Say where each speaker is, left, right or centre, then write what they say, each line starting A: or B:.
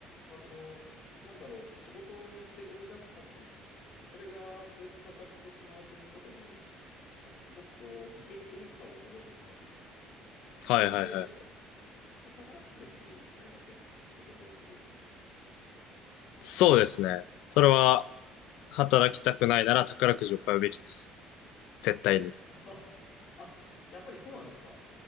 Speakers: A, on the left (about 45°); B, on the left (about 80°).
A: まあ、その、なんだろう、仕事によって生み出す価値、それが数値化されてしまうということに、なんかすごくこう、息苦しさを覚えてしまうんです。
B: はいはいはい。
A: なので、宝くじ買いませんか仕事をするより。
B: そうですね。それは、働きたくないなら宝くじを買うべきです。絶対に。
A: <laughs> あ、あやっぱりそうなんですか。